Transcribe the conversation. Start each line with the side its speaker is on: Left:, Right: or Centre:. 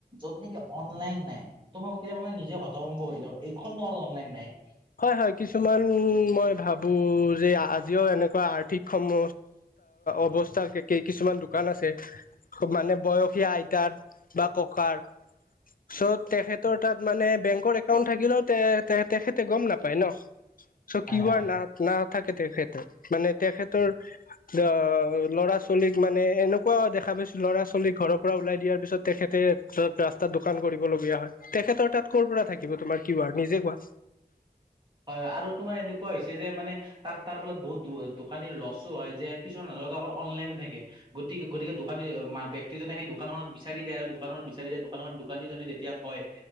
Right: য'ত নেকি অনলাইন নাই তোমাক কেতিয়াবা। নি হতমও এইখনো অনলাইন নাই।
Left: হয় হয় কিছুমান মই ভাবো যে আজিও এনেকুৱা আৰ্থিক সম। অৱস্থ কিছুমান দোকান, আছে মানে বয়সীয়া আইতাৰ বা, ককাৰ,
Right: <unintelligible>
Left: চ' তেখেতৰ তাত মানে বেংকৰ একাউণ্ট থাকিলেও তে তেখেতে গম নাপায় ন। চ'
Right: হয়
Left: কিউৱা
Right: হয়
Left: না নাথাকে তেখেত মানে তেখেতৰ অ ল'ৰা ছোৱালীক মানে এনেকুৱা দেখা পাইছো, ছোৱলী ঘৰৰ পৰা ওলাই দিয়াৰ পিছত তেখেতে ৰাস্তাত দোকান কৰিবলগীয়া হয়। তেখেতৰ তাত কৰ' পৰা থাকিব তোমাৰ কিউৱা নিজে কোৱা?
Right: হয় আৰু তোমাৰ এনেকুৱা হৈছে যে মানে তাৰ তাৰ ফলত বহুত দোকানীৰ লছো হয় যে কিছুমান অনলাইন নাথাকে গতিকে গতিকে দোকানী- জনে সেই দোকানখনত বিচাৰি দে আৰু দোকানখনত বিচাৰি দে দোকানত দোকানীজনে যেতিয়া কয়